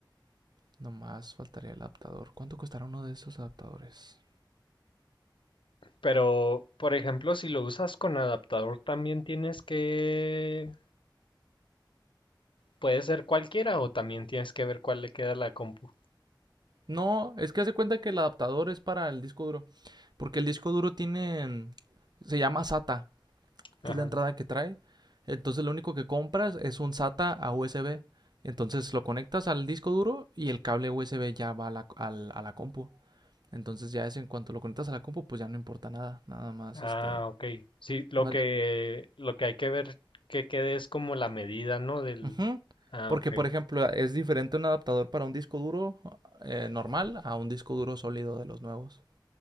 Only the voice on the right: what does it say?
Nomás faltaría el adaptador. ¿Cuánto costará uno de esos adaptadores?
No, es que hace cuenta que el adaptador es para el disco duro. Porque el disco duro tiene. Se llama SATA.
Es la entrada que trae. Entonces lo único que compras es un SATA a USB. Entonces lo conectas al disco duro y el cable USB ya va a la, al- a la compu. Entonces ya es en cuanto lo conectas a la compu, pues ya no importa nada. Nada más
este...
Más...
Ujú.
Porque,
por ejemplo, es diferente un adaptador para un disco duro eh, normal a un disco duro sólido de los nuevos.